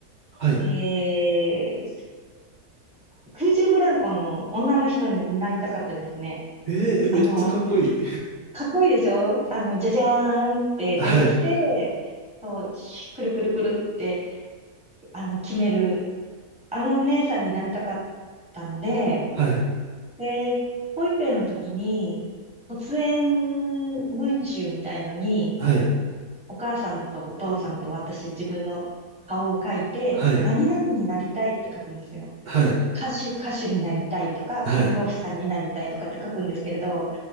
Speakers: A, on the right (about 50°); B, in the centre.
A: はい。
B: えー空中ブランコの女の人になりたかったですね。
A: ええめっちゃかっこいい。
B: あの、かっこいいでしょあの、じゃじゃーんって出てきて、
A: <laughs> はい。
B: そう、ひくるくるくるって、あの、決める、あのお姉さんになりたかったので、
A: はい。
B: で、保育園の時に、卒園文集みたいのに、
A: はい。
B: お母さんとお父さんと私、自分の顔を書いて、
A: はい。
B: 何々になりたいって書くんですよ。
A: はい。
B: 歌手、歌手になりたいとか、
A: はい。
B: 看護婦さんになりたいとかって書くんですけれど、